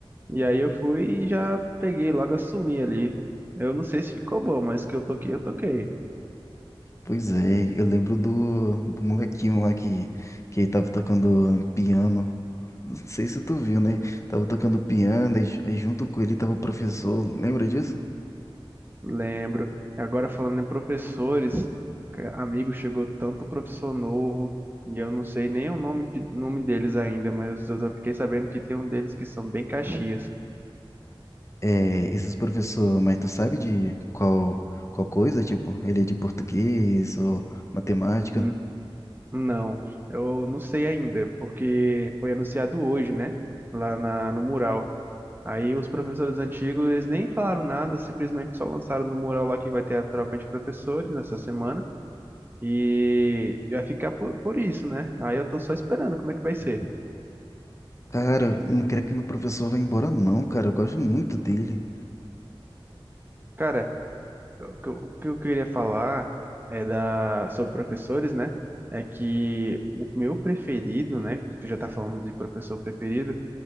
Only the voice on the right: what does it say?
E aí eu fui e já peguei, logo assumi ali. Eu não sei se ficou bom, mas que eu toquei, eu toquei.
Lembro. Agora falando em professores, que- amigo, chegou tanto professor novo, e eu não sei nem o nome, de, nome deles ainda, mas eu já fiquei sabendo que tem um deles que são bem Caxias.
N- não, eu não sei ainda, porque foi anunciado hoje, né? Lá na, no mural. Aí os professores antigos eles nem falaram nada, simplesmente só lançaram no mural lá que vai ter a troca de professores nessa semana e vai ficar por, por isso, né? Aí eu tô só esperando como é que vai ser.
Cara, o que eu, o que eu queria falar é da sobre professores, né? É que o meu preferido, né? Que tu já tá falando de professor preferido,